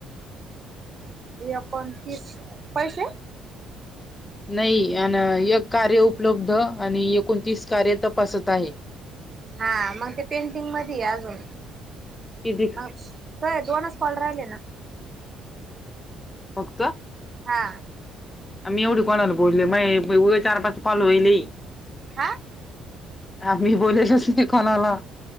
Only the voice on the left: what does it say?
नाही, आणि एक कार्य उपलब्ध आणि एकोणतीस कार्य तपासत आहे.
किती
फक्त?
आम्ही एवढे कोणाला बोलले, मा बई उग चार पाच कॉल होईले.
आम्ही बोलेतच नाय कोणाला.